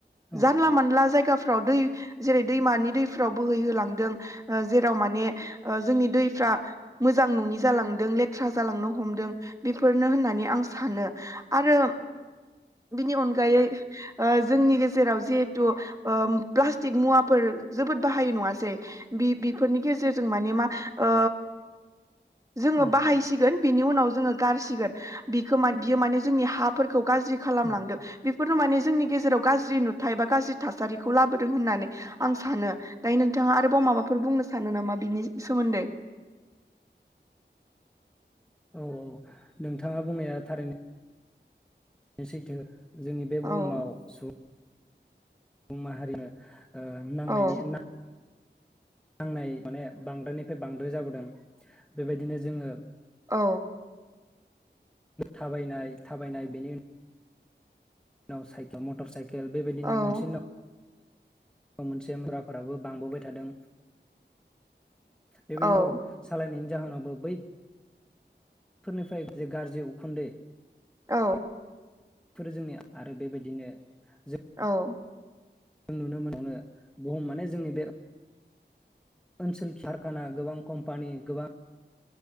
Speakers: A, in the centre; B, on the right (about 15°).
A: औ
B: जानला मानला जायगाफ्राव दै जेरै दैमानि दैफ्राव बोहैहोलांदों ओ जेराव माने ओ जोंनि दै फ्रा मोजां नङि जालांदों लेथ्रा जालांनो हमदों बेफोरनो होननानै आं सानो आरो बिनि अनगायै ओ जोंनि गेजेराव जिहेथु ओ प्लास्टिक मुवाफोर जोबोद बाहायो नङासै बि बेफोरनि गेजेरजों माने मा ओ जोङो
A: औ
B: बाहायसिगोन बिनि उनाव जोङो गारसिगोन बिखो मा बियो माने जोंनि हाफोरखौ गाज्रि खालामलांदों
A: औ
B: बे बेफोर माने जोंनि गेजेराव गाज्रि नुथथाय बा गाज्रि थासारिखौ लाबोदों होननानै आं सानो दायो नोंथाङा आरोबाव माबाफोर बुंनो सानो नामा बिनि सोमोन्दै?
A: औ औ नोंथाङा बुंनाया थारैनो सैथो जोंनि बे
B: औ
A: बुहुमाव सुबु बुं माहारिनो ओ नांनायनि
B: औ
A: ना नांनाय माने बांद्रायानिफ्राय बांद्राय जाबोदों बेबायदिनो जोङो
B: अ
A: थाबायनाय थाबायनाय बेनि उन नाव साइक मटर साइ केल बेबायदिनो
B: औ
A: मोनसे न नाव मोनसे मुरा बो बांबोबाय थादों बेबायदि
B: औ
A: नर सालायनायनि जाहोनावबो बै फोरनिफ्राय जे गाज्रि उखुन्दै
B: औ
A: फोरो जोंनिया आरो बेबायदिनो जों
B: औ
A: नुनो मोनो बुम माने जोंनि बे ओनसोल खियारखाना गोबां कम्पानि गोबां